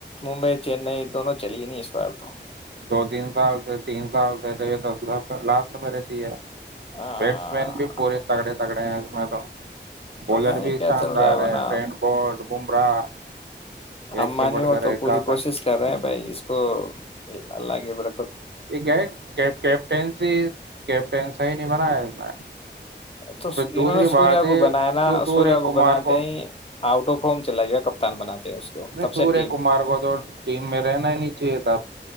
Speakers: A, on the left (about 30°); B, on the right (about 65°).
A: ممبئی چنئی دونوں چلی نہیں اس بار تو
B: دو تین سال سے تین سال سے تو یہ لاسٹ میں رہتی ہے
A: تو
B: بیٹس مین بھی پورے تگڑے تکڑے ہیں اس میں تو بولر
A: پتہ نہیں
B: بھی
A: کیا
B: شاندار
A: چل رہا ورنہ
B: ہے ٹینڈ بٹ بمراہ
A: اانی
B: ایک سے بڑھ
A: ہو
B: کر
A: تو
B: ایک
A: پوری
B: گھاتک
A: کوشش کر رہے ہیں بھائی اس کو اللہگے بر
B: یہ کیپٹینسی کیپٹین صی نہیں بنایا اس میں
A: تو
B: پھر دوسری
A: انہوں نے سوریا
B: بات ہے
A: کو بنا نا
B: سوریہ
A: سوریا کو
B: کمار
A: بناتے ہی آؤٹ آف فم چلا گیا کپتان بناتے ہیں اس کو
B: نہیں
A: تب سے
B: سوریہ
A: ٹیم
B: کمار کو تو ٹیم میں رہنا نیچے تھا